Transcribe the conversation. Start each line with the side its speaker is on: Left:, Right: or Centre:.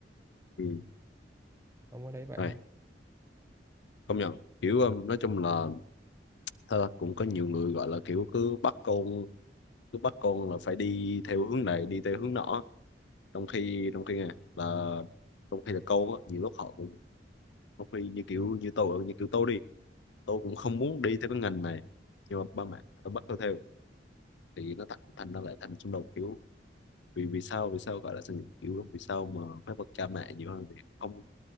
Left: Ừ.
Right: ông có thấy vậy
Left: Rồi.
Right: không
Left: công nhận kiểu um, nói chung là thật ra cũng có nhiều người gọi là kiểu cứ bắt con cứ bắt con là phải đi theo hướng này đi theo hướng nọ trong khi trong khi nè là trong khi là con á nhiều lúc họ cũng trong khi như kiểu như tôi như kiểu tôi đi tôi cũng không muốn đi theo cái ngành này nhưng mà ba mẹ tôi bắt tôi theo thì nó thành thành ra lại thành xung đột kiểu vì vì sao vì sao gọi là sự kiểu vì sao mà phải bậc cha mẹ nhiều hơn thì không